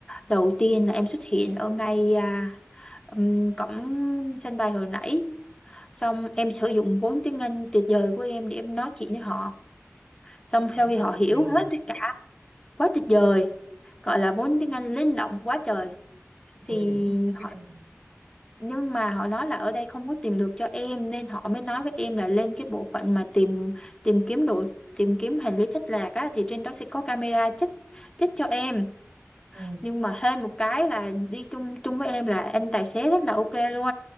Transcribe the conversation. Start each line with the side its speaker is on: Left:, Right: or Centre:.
Left: đầu tiên là em xuất hiện ở ngay à, ừm, cổng sân bay hồi nãy xong em sử dụng vốn tiếng Anh tuyệt vời của em để em nói chuyện với họ xong
Right: Hẳn
Left: sau khi
Right: là
Left: họ
Right: tuyệt
Left: hiểu
Right: vời
Left: hết tất cả quá tuyệt vời gọi là vốn tiếng Anh linh động quá trời thì
Right: 10 điểm không có nhưng
Left: họ nhưng mà họ nói là ở đây không có tìm được cho em nên họ mới nói với em là lên cái bộ phận mà tìm tìm kiếm đồ tìm kiếm hành lý thất lạc á thì trên đó sẽ có camera check check cho em
Right: ừ,
Left: nhưng mà hên một cái là đi chung chung với em là anh tài xế rất là ok luôn